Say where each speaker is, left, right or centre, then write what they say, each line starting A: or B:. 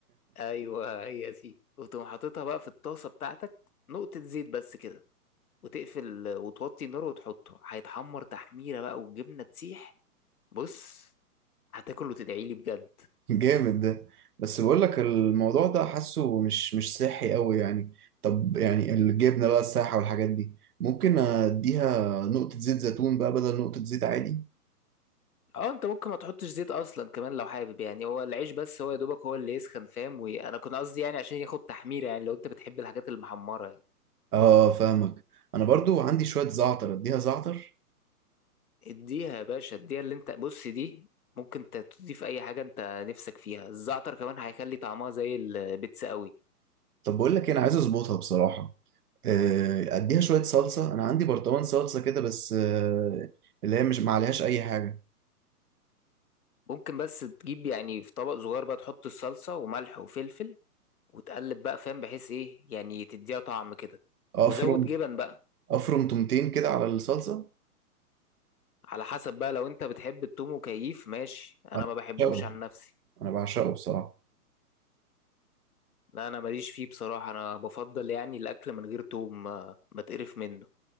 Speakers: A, on the left (about 65°); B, on the right (about 70°).
A: ايوه هي دي وتقوم حاططها بقى في الطاسة بتاعتك نقطة زيت بس كده وتقفل وتوطي النار وتحطه هيتحمر تحميرة بقى والجبنة تسيح بص هتاكل وتدعيلي بجد
B: <laughs> جامد ده بس بقول لك الموضوع ده حاسه مش مش صحي قوي يعني طب يعني الجبنه بقى السايحه والحاجات دي ممكن اديها نقطه زيت زيتون بقى بدل نقطه زيت عادي
A: اه انت ممكن ما تحطش زيت اصلا كمان لو حابب يعني هو العيش بس هو يا دوبك هو اللي يسخن فاهم وانا كنت قصدي يعني عشان ياخد تحميرة يعني لو انت بتحب الحاجات المحمرة يعني.
B: اه فاهمك انا برضو عندي شويه زعتر اديها زعتر
A: اديها يا باشا اديها اللي انت بص دي ممكن انت تضيف اي حاجه انت نفسك فيها الزعتر كمان هيخلي طعمها زي البيتزا قوي
B: طب بقول لك إيه، انا عايز اظبطها بصراحه آه، اديها شويه صلصه انا عندي برطمان صلصه كده بس آه، اللي هي مش ما عليهاش اي حاجه
A: ممكن بس تجيب يعني في طبق صغير بقى تحط الصلصه وملح وفلفل وتقلب بقى فاهم بحيث ايه يعني تديها طعم كده
B: افرم
A: وزود جبن بقى
B: افرم تومتين كده على الصلصه
A: على حسب بقى لو انت بتحب التوم وكيف ماشي انا
B: انا
A: ما بحبوش
B: بعشقه
A: عن نفسي
B: انا بعشقه بصراحه
A: لا انا ماليش فيه بصراحه انا بفضل يعني الاكل من غير توم ما ما تقرف منه